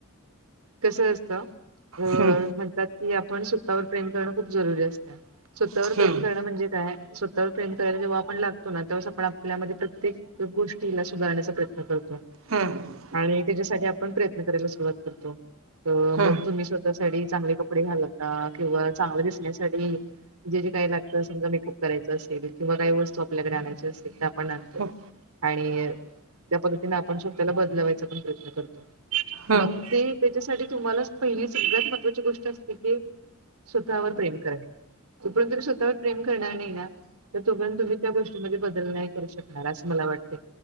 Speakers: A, on the right; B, on the right.
A: कसं असतं अं...
B: हम्म
A: म्हणतात की आपण स्वतःवर प्रेम करणं खूप जरुरी असतं. स्वतःवर
B: हम्म
A: प्रेम करणं म्हणजे काय? स्व स्वतःवर प्रेम करायला जेव्हा आपण लागतो ना त्यां वेळेस आपण, आपल्यामध्ये प्रत्येक गोष्टीला सुधारण्याचा प्रयत्न करतो.
B: हम्म
A: आणि त्याच्यासाठी आपण प्रयत्न करायला सुरुवात करतो. हो
B: हम्म
A: मग तुम्ही स्वतः साठी चांगले कपडे घालू लागता किंवा चांगलं दिसण्यासाठी जे बी काही लागतं.. समजा मेकअप करायचा असेल किंवा काही वस्तू आपल्याकडे आणायच्या असतील तर आ पण आणतो.
B: हम्म
A: आणि त्या पद्धतीने आपण स्वतःला बदलवायचा पण प्रयत्न करतो.
B: हम्म
A: मग ते साठी तुम्हालाच पहिली सगळ्यात महत्त्वाची गोष्ट असते की, स्वतःवर प्रेम करणे. जोपर्यंत तुम्ही स्वतःवर प्रेम करणार नही ना तर तोपर्यंत तुम्ही त्या गोष्टीमध्ये बदल नाय करू शकणार. असं मला वाटतंय